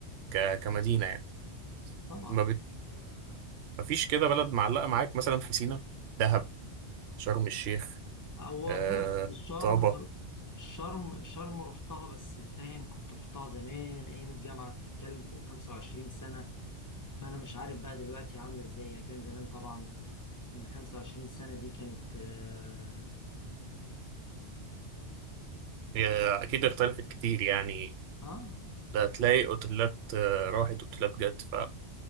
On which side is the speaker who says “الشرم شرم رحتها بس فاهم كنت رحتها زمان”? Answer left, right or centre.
Left